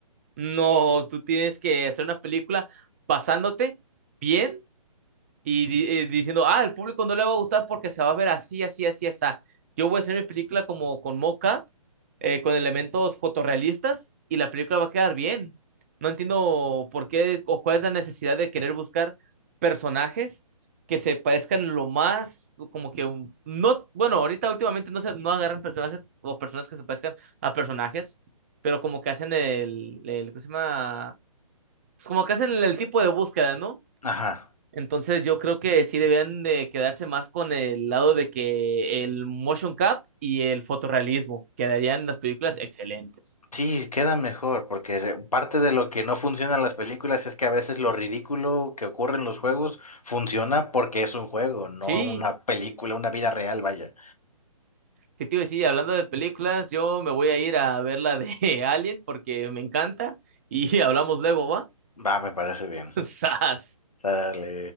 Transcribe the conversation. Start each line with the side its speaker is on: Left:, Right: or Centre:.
Right: no, tú tienes que hacer una película basándote bien y di- eh, diciendo, ah, el público no le va a gustar porque se va a ver así, así, así, así. Yo voy a hacer mi película como con mocap, eh, con elementos fotorrealistas y la película va a quedar bien. No entiendo por qué o cuál es la necesidad de querer buscar personajes que se parezcan lo más, como que un- no, bueno, ahorita últimamente no se no agarran personajes o personas que se parezcan a personajes, pero como que hacen el, el, ¿cómo se llama? Pues como que hacen el tipo de búsqueda, ¿no?
Left: Ajá.
Right: Entonces yo creo que sí deben de quedarse más con el lado de que el motion cap y el fotorrealismo quedarían las películas excelentes.
Left: Sí, queda mejor, porque re- parte de lo que no funciona en las películas es que a veces lo ridículo que ocurre en los juegos funciona porque es un juego, no
Right: Sí,
Left: una película, una vida real, vaya.
Right: ¿qué te iba a decir? Hablando de películas, yo me voy a ir a ver la de <laughs> Alien porque me encanta y <laughs> hablamos luego, ¿va?
Left: Va, me parece bien.
Right: <laughs> ¡Sas!
Left: Dale.